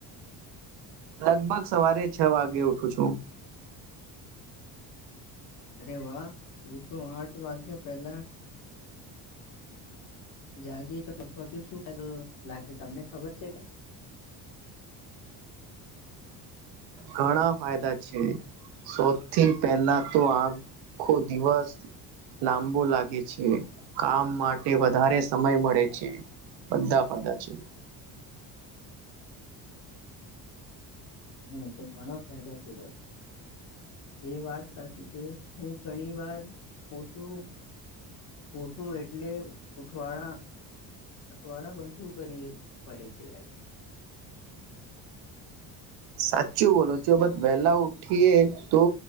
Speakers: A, on the right; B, on the left.
A: લગભગ સવારે છ વાગે ઉઠું છું.
B: અરે વાહ હું તો આઠ વાગ્યા પેલા જાગી શું ફાયદો લાગે તમને ખબર છે કે. <inaudible>
A: ઘણા ફાયદા છે. સૌથી પહેલા તો આખો દિવસ લાંબુ લાગે છે. કામ માટે વધારે સમય મળે છે. બધા ફાયદા છે.
B: <inaudible> હમ્મ તો ઘણા ફાયદા છે ભાઈ એ વાત સાચી છે. હું ઘણી વાર મોટું ઊઠું એટલે ઉઠવાળા અઠવાડા બનતું કરીએ પડે છે ભાઈ. <inaudible>
A: સાચું બોલો છો. બસ વેલા ઉઠીએ તો